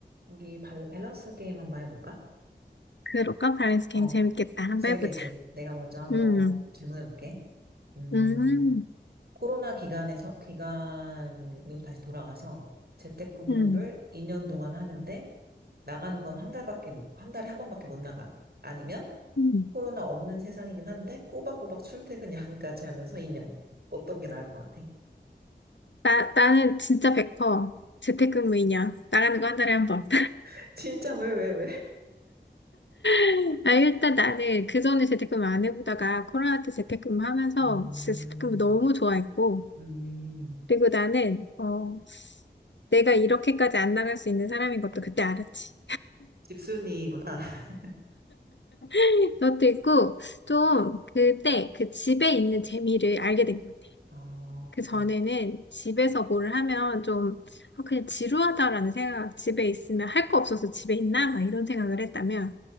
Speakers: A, on the right; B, on the left.
A: 우리 발- 밸런스 게임 한번 해볼까?
B: 그럴까? 밸런스 게임
A: 어,
B: 재밌겠다. 한번
A: 재밌겠지?
B: 해보자.
A: 내가 먼저 한번
B: 음,
A: 질문해볼게. 음,
B: 음,
A: 코로나 기간에서, 기간으로 다시 돌아가서 재택근무를
B: 음,
A: 2년 동안 하는데 나가는 건 한 달밖에 못, 한 달에 한 번밖에 못 나가. 아니면
B: 음.
A: 코로나 없는 세상이긴 한데 꼬박꼬박 출퇴근 <laughs> 야근까지 하면서 2년. 어떤 게 나을 것 같아?
B: 나, 나는 진짜 100% 재택근무이냐. 나가는 거 한 달에 한 번.
A: <laughs> 진짜 왜, 왜, 왜?
B: <laughs> 아, 일단 나는 그전에 재택근무 안 해보다가 코로나 때 재택근무 하면서
A: 음,
B: 진짜 재택근무 너무 좋아했고.
A: 음,
B: 그리고 나는, 어, 내가 이렇게까지 안 나갈 수 있는 사람인 것도 그때 알았지.
A: 집순이구나. <laughs>
B: <laughs> 그것도 있고, 좀 그때 그 집에 있는 재미를 알게 된거
A: 아,
B: 그 전에는 집에서 뭘 하면 좀 아, 그냥 지루하다라는 생각, 집에 있으면 할 거 없어서 집에 있나? 막 이런 생각을 했다면